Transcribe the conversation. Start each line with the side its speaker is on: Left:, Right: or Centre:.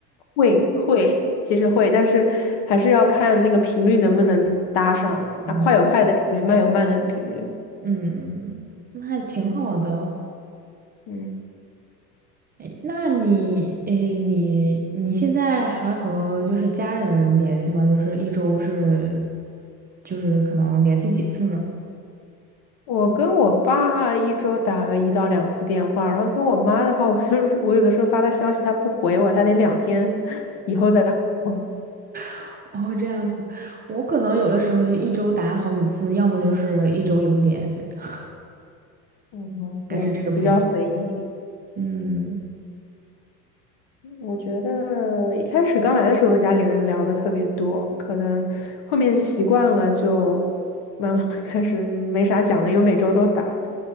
Left: 会会，其实会，但是还是要看那个频率能不能搭上，它快有快的频率，
Right: 嗯
Left: 慢有慢的频率。
Right: 嗯，那还挺好的哦。
Left: 嗯，
Right: 哎，那你，诶，你你现在还和就是家人联系吗？就是一周是，就是可能联系几次呢？
Left: 我跟我爸一周打个一到两次电话，然后跟我妈的话，我就是我有的时候发她消息，她不回我，她得两天以后再回我。
Right: <laughs> 哦，这样子，我可能有的时候就一周打好几次，要么就是一周也不联系，<laughs>
Left: 嗯，
Right: 大概是这个频率。
Left: 就比较随意。
Right: 嗯。
Left: 我觉得一开始刚来的时候和家里人聊的特别多，可能后面习惯了就慢慢 <laughs> 开始没啥讲的，因为每周都打，